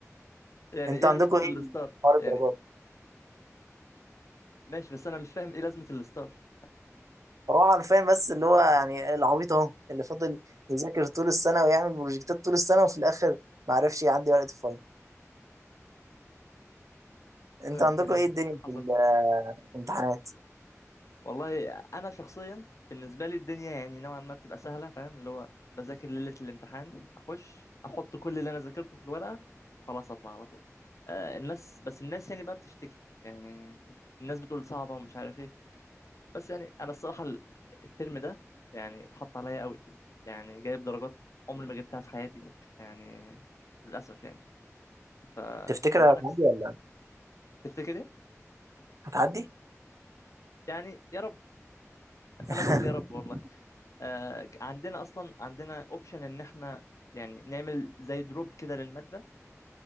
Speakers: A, on the left; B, on the right.
A: يعني
B: انت
A: ايه
B: عندكم
A: لازمة
B: ايه
A: الستار
B: حوار الدرجات
A: يعني ماشي بس انا مش فاهم ايه لازمة الستار
B: هو عارفين بس اللي هو يعني العبيط اهو اللي فضل يذاكر طول السنه ويعمل بروجكتات طول السنه وفي الاخر ما عرفش يعدي ورقه الفاينل انت
A: فاهم
B: عندكم
A: يعني
B: ايه الدنيا
A: حصل
B: في
A: خير
B: الامتحانات
A: والله انا شخصيا بالنسبه لي الدنيا يعني نوعا ما بتبقى سهله فاهم اللي هو بذاكر ليله الامتحان اخش احط كل اللي انا ذاكرته في الورقه وخلاص اطلع على طول آه الناس بس الناس يعني بقى بتشتكي يعني الناس بتقول صعبه ومش عارف ايه بس يعني انا الصراحه ال- الترم ده يعني اتحط عليا قوي يعني جايب درجات عمري ما جبتها في حياتي يعني للاسف يعني فربنا
B: تفتكر هتعدي
A: يستر.
B: ولا
A: تفتكر ايه
B: هتعدي؟
A: يعني يا رب
B: <laughs>
A: انا بقول يا رب والله آه، عندنا اصلا عندنا اوبشن ان احنا يعني نعمل زي دروب كده للماده